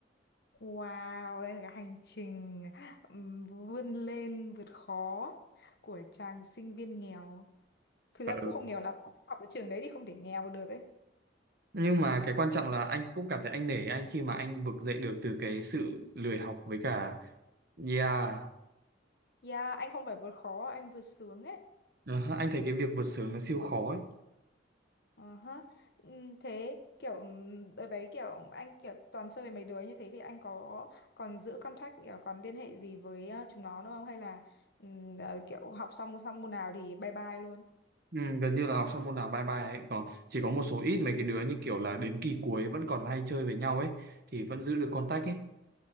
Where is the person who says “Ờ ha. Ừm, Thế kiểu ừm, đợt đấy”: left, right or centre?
Left